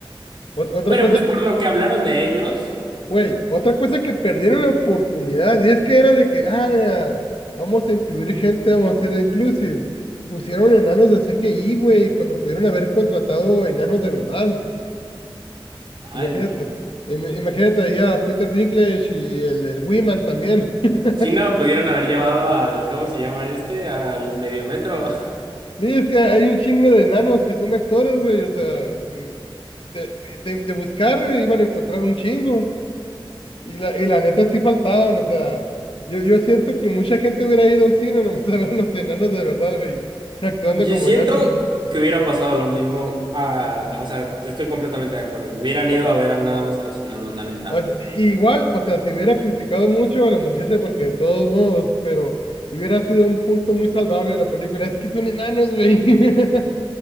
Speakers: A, on the left; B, on the right.
A: Ot- Otra
B: Pero
A: cosa
B: pues por
A: que
B: lo que hablaron de ellos,
A: Güey, otra cosa que perdieron la oportunidad, y es que era de que, ah, vamos a incluir gente, vamos a ser inclusive. Pusieron enanos de CGI, güey, cuando pudieron haber contratado enanos de verdad.
B: ay
A: Imagínate,
B: no.
A: Im- imagínate ahí a Peter Dinklage y el, el Wiman también. <laughs>
B: Si no, pudieron haber llevado al, ¿cómo se llama este? Al medio metro.
A: Sí, es que hay un chingo de enanos que son actores, güey, o sea, de, de, de de buscar eh, iban a encontrar un chingo. Y la, y la neta sí faltaban, o sea, yo, yo siento que mucha gente hubiera ido al cine <laughs> nomás a ver los enanos de verdad, güey, actuando
B: <laughs> Yo
A: como
B: siento
A: enanos.
B: que hubiera pasado lo mismo. ah, o sea, estoy completamente de acuerdo. Hubieran ido
A: O sea,
B: a ver al nada más a los enanos, la neta.
A: o sea, i- igual, o sea, se hubiera criticado mucho a la muchacha porque de todos modos, pero hubiera sido un punto muy salvable de la película. Es que son enanos, güey. <laughs>